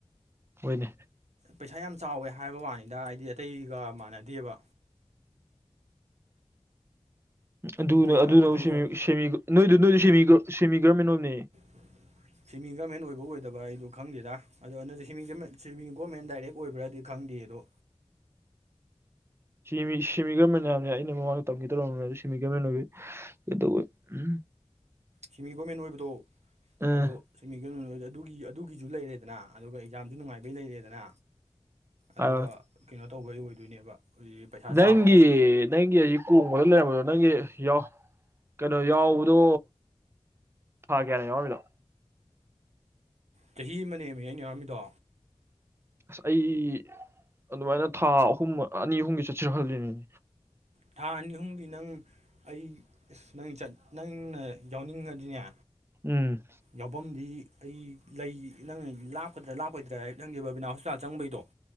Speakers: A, on the right; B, on the right.
A: ꯍꯣꯏꯅꯦ
B: ꯄꯩꯁꯥ ꯌꯥꯝ ꯆꯥꯎꯋꯦ ꯍꯥꯏꯕ ꯋꯥꯅꯤꯗ ꯍꯥꯏꯗꯤ ꯑꯇꯩꯒ ꯃꯥꯟꯅꯗꯦꯕ
A: ꯑꯗꯨ
B: ꯑꯇꯩꯒ
A: ꯅ ꯑꯗꯨ ꯅꯣꯏ
B: ꯑꯇꯩꯒ
A: ꯅꯣꯏꯗꯨ ꯁꯦꯃꯤ ꯁꯦꯃꯤ ꯒꯕꯔꯃꯦꯟ ꯑꯣꯏꯔꯝꯅꯤ
B: <unintelligible> ꯁ꯭ꯤꯃꯤꯡ ꯒꯔꯃꯦꯟ ꯑꯣꯏꯕ ꯑꯣꯏꯗꯕ ꯑꯩꯗꯨꯣ ꯈꯪꯗꯦꯗ ꯑꯗꯣ ꯑꯗꯨꯗ ꯁ꯭ꯤꯃꯤꯡ ꯒꯣꯔꯃꯦꯟ ꯗꯥꯏꯔꯦꯛ ꯑꯣꯏꯕ꯭ꯔꯗꯤ ꯈꯪꯗꯦ ꯑꯗꯣ
A: ꯁꯤꯃꯤ ꯁꯤꯃꯤ ꯒꯕꯔꯃꯦꯟꯅꯤ ꯍꯥꯏꯕꯅꯦ ꯑꯩꯅ ꯃꯃꯥꯡꯗ ꯇꯝꯒꯦ ꯇꯧꯔꯝꯃꯕꯅꯦ ꯁꯤꯃꯤ ꯒꯕꯔꯃꯦꯟ ꯑꯣꯏꯕꯩ <unintelligible>
B: ꯁꯤꯃꯤ ꯒꯣꯕꯔꯃꯦꯟ ꯑꯣꯏꯕꯗꯣ
A: ꯑꯥ
B: ꯑꯗꯣ ꯁꯤꯃꯤ ꯒꯣꯔꯃꯦꯟ ꯑꯣꯏꯕꯗꯣ ꯑꯗꯨꯒꯤ ꯑꯗꯨꯒꯤꯁꯨ ꯂꯩꯔꯦꯗꯅ ꯑꯗꯨꯒ ꯑꯦꯛꯖꯥꯝꯁꯨ ꯅꯨꯡꯉꯥꯏꯕꯩ ꯂꯩꯔꯦꯗꯅ ꯑꯗꯨꯒ
A: ꯑꯥ
B: ꯀꯩꯅꯣ ꯇꯧꯕꯩ ꯑꯣꯏꯗꯣꯏꯅꯦꯕ ꯍꯧꯖꯤꯛ ꯄꯩꯁꯥ
A: ꯅꯪꯒꯤ
B: ꯆꯥꯎꯔꯤꯁꯦ
A: ꯅꯪꯒꯤ ꯍꯧꯖꯤꯛ ꯀꯣꯡꯕꯗ ꯂꯩꯔꯝꯕꯗꯣ ꯅꯪꯒꯤ ꯌꯥ ꯀꯩꯅꯣ ꯌꯥꯎꯕꯗꯣ ꯊꯥ ꯀꯌꯥꯅꯣ ꯌꯥꯎꯔꯝꯃꯤꯗꯣ
B: ꯆꯍꯤ ꯑꯃ ꯅꯦꯝꯃꯤ ꯑꯩꯅ ꯌꯥꯎꯔꯝꯃꯤꯗꯣ
A: ꯑꯁ ꯑꯩ ꯑꯗꯨꯃꯥꯏꯅ ꯊꯥ ꯑꯍꯨꯝ ꯑꯅꯤ ꯑꯍꯨꯝꯒꯤ ꯆꯠꯁꯤꯔ ꯍꯜꯂꯤꯅꯤꯅꯦ
B: ꯊꯥ ꯑꯅꯤ ꯑꯍꯨꯝꯒꯤ ꯅꯪ ꯑꯩ ꯑꯁ ꯅꯪ ꯅꯪꯅ ꯌꯥꯎꯅꯤꯡꯉꯗꯤꯅꯦ
A: ꯎꯝ
B: ꯌꯥꯎꯐꯝꯗꯤ ꯑꯩ ꯂꯩ ꯅꯪ ꯂꯥꯞꯀꯗ꯭ꯔꯥ ꯂꯥꯞꯄꯣꯏꯗ꯭ꯔꯥ ꯍꯥꯏ ꯅꯪꯒꯝ ꯕꯕꯤꯅꯥ ꯍꯣꯁꯄꯤꯇꯥꯜ ꯆꯪꯕꯩꯗꯣ <unintelligible>